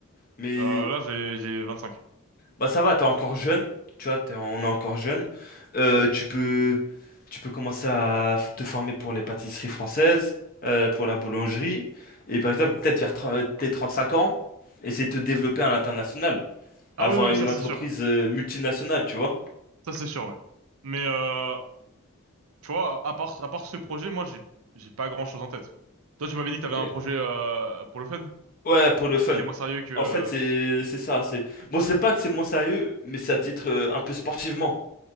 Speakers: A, on the left (about 40°); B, on the right (about 80°).
A: mais
B: Euh, là, j'ai, j'ai 25.
A: Bah ça va, t'es encore jeune, tu vois, t'es- on est encore jeune. Euh, tu peux, tu peux commencer à f- te former pour les pâtisseries françaises, euh, pour la boulangerie, et par exemple peut-être vers tre- tes cinq ans, essayer de te développer à l'international,
B: Ah
A: avoir
B: oui, oui, oui,
A: une
B: ça,
A: entreprise
B: c'est sûr.
A: euh, multinationale, tu vois.
B: Ça, c'est sûr, ouais. Mais euh, Tu vois, à part, à part ce projet, moi, j'ai, j'ai pas grand-chose en tête. Toi, tu m'avais dit que t'avais
A: Ok.
B: un projet euh, pour le fun, hein,
A: Ouais, pour le fun.
B: qui était moins sérieux que... euh,
A: En fait, c'est c'est ça. C'est bon, c'est pas que c'est moins sérieux, mais c'est à titre euh, un peu sportivement,